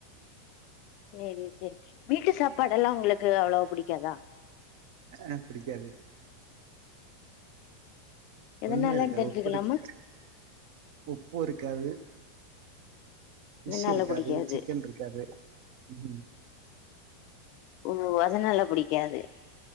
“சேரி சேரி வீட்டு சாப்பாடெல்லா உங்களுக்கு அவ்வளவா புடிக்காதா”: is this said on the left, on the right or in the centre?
Left